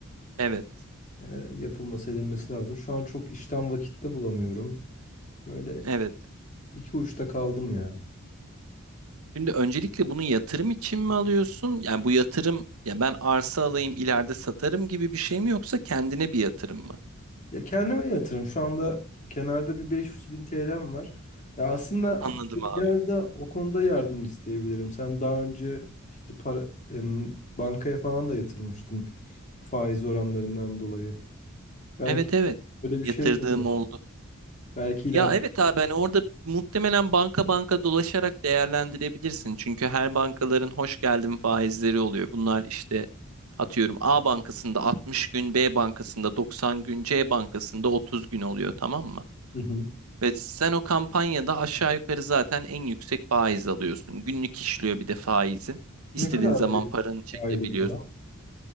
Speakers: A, on the right (about 75°); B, on the left (about 35°).
A: evet,
B: e, yapılması edilmesi lazım. Şu an çok işten vakitte bulamıyorum. Böyle
A: evet.
B: iki uçta kaldım ya.
A: Şimdi öncelikle bunu yatırım için mi alıyorsun? Yani bu yatırım ya ben arsa alayım ileride satarım gibi bir şey mi yoksa kendine bir yatırım mı?
B: Ya kendime yatırım. Şu anda kenarda bir 500 bin TL'm var. Ya aslında
A: Anladım abi.
B: biraz da o konuda yardım isteyebilirim. Sen daha önce işte para, em, bankaya falan da yatırmıştın faiz oranlarından dolayı. Belki
A: Evet evet.
B: böyle
A: Yatırdığım
B: bir şey de olur.
A: oldu.
B: Belki ileride.
A: Ya evet abi ben orada muhtemelen banka banka dolaşarak değerlendirebilirsin. Çünkü her bankaların hoş geldin faizleri oluyor. Bunlar işte atıyorum A bankasında 60 gün, B bankasında 90 gün, C bankasında 30 gün oluyor tamam mı?
B: Hı hı.
A: Ve sen o kampanyada aşağı yukarı zaten en yüksek faiz alıyorsun. Günlük işliyor bir de faizin. İstediğin
B: Ne kadar veriyor
A: zaman paranı çekebiliyorsun.
B: aylık falan?